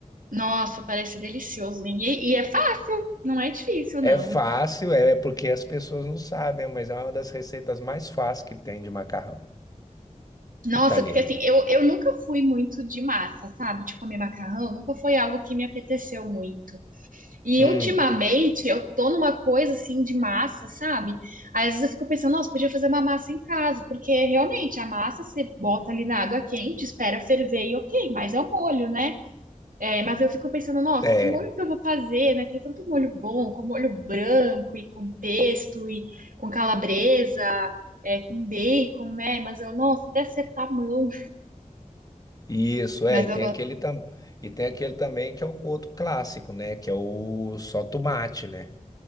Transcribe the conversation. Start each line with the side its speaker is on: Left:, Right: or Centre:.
Right: Nossa, parece delicioso, hein? E, e é fácil, não é difícil,
Left: É
Right: não.
Left: fácil, é é porque as pessoas não sabem, mas é uma das receitas mais fáceis que tem de macarrão
Right: Nossa,
Left: italiano.
Right: porque assim, eu, eu nunca fui muito de massa, sabe? De comer macarrão, nunca foi algo que me apeteceu muito. E
Left: Hum,
Right: ultimamente eu tô numa coisa assim de massa, sabe? Aí, Às vezes eu fico pensando, nossa, podia fazer uma massa em casa, porque realmente a massa você bota ali na água quente, espera ferver e ok, mas é o molho, né? É, mas eu fico pensando, nossa,
Left: é.
Right: que molho que eu vou fazer, né? Tem tanto molho bom, com molho branco e com pesto e com calabresa, é, com bacon, né? Mas eu, nossa, até acertar a mão.
Left: Isso,
Right: Mas
Left: é, e
Right: eu
Left: tem
Right: gosto.
Left: aquele, tam... e tem aquele também que é o outro clássico, né? Que é o só tomate, né?